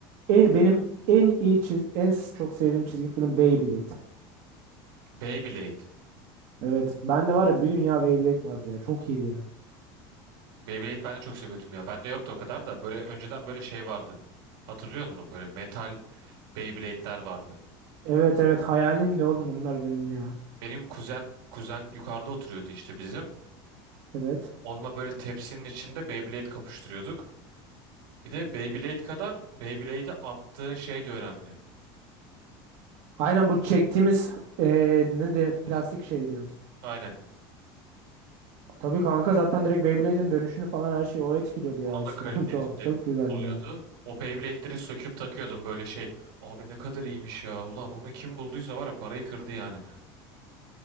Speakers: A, on the right; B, on the right.
A: E, benim en iyi çiz en s- çok sevdiğim çizgi film Beyblade.
B: Beyblade.
A: Evet. Ben de var ya bir dünya Beyblade vardı ya. Çok iyiydi ya.
B: Beyblade ben de çok seviyordum ya. Bende yoktu o kadar da. Böyle önceden böyle şey vardı. Hatırlıyor musun? Böyle metal Beyblade'ler vardı.
A: Evet evet hayalim de oğlum bunlar benim ya.
B: Benim kuzen kuzen yukarıda oturuyordu işte bizim.
A: Evet.
B: Onunla böyle tepsinin içinde Beyblade kapıştırıyorduk. Bir de Beyblade kadar Beyblade'e attığın şey de önemli.
A: Aynen bu çektiğimiz eee, ne de plastik
B: Şey,
A: şey diyorsun.
B: Aynen.
A: Tabii kanka zaten direkt Beyblade'in dönüşünü falan her şeyi o etkiliyordu ya
B: Onun
A: eskiden
B: da kalitesi
A: <laughs> çok çok güzeldi
B: oluyordu.
A: ya.
B: O Beyblade'leri söküp takıyordum böyle şey. Abi ne kadar iyiymiş ya. Ulan onu kim bulduysa var ya parayı kırdı yani.